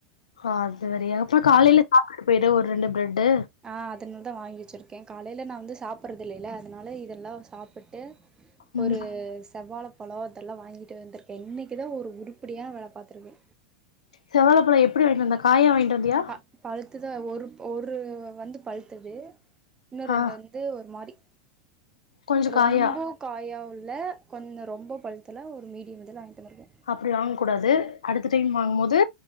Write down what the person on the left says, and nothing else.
அது வேறையா அப்ப காலையில சாப்ட்டுட்டு போயிரு ஒரு ரெண்டு பிரெட்டு்
ம்.
செவாப்பழ எப்படி வாங்கிட்டு வந்த காயா வாங்கிட்டு வந்தியா
ஆ.
கொஞ்சோ
காயா
அப்படி வாங் கூடாது அடுத்த டைம் வாங்கும்போது